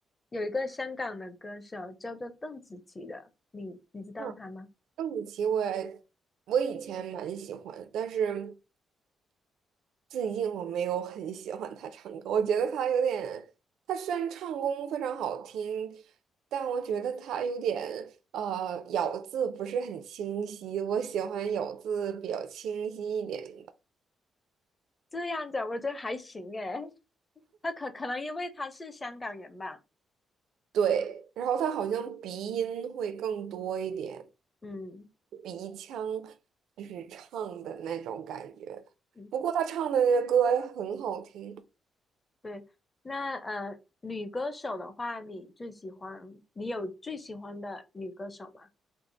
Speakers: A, on the left; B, on the right.
A: 有一个香港的歌手叫做邓紫棋的，你你知道她吗？
B: 嗯，邓紫棋我也我以前蛮喜欢，但是。最近我没有很喜欢他唱歌，我觉得他有点，他虽然唱功非常好听，但我觉得他有点呃咬字不是很清晰，我喜欢咬字比较清晰一点的。
A: 这样子啊我觉得还行诶，她可可能因为她是香港人吧，
B: 对，然后他好像鼻音会更多一点，
A: 嗯
B: 鼻腔就是唱的那种感觉。
A: 嗯，
B: 不过他唱的那些歌很好听。
A: 对。那呃，女歌手的话，你最喜欢你有最喜欢的女歌手吗？